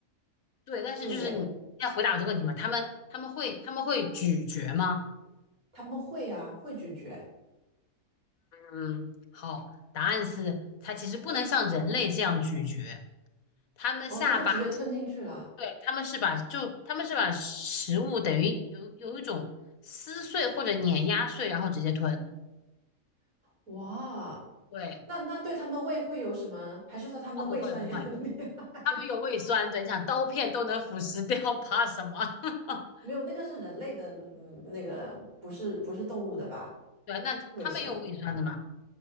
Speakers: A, on the left; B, on the right.
A: 对，但是就是你要回答我这个问题嘛，
B: 对不对？
A: 它们它们会它们会咀嚼吗？
B: 它们会啊，会咀嚼。
A: 嗯，好，答案是它其实不能像人类这样咀嚼，它们的下巴。
B: 哦，它就直接吞进去了。
A: 对，他们是把就他们是把食物等于有有一种撕碎或者碾压碎，然后直接吞。
B: 哇，
A: 对，
B: 那那对它们胃会有什么？还是说它们的胃酸也很厉害？
A: 啊不会不会，他们有胃酸的，你想刀片都能腐蚀掉，怕什么？<laughs>
B: <laughs> 没有，那个是人类的，嗯，那个不是不是动物的吧？
A: 对啊，那他们也有胃酸的嘛，
B: 胃酸，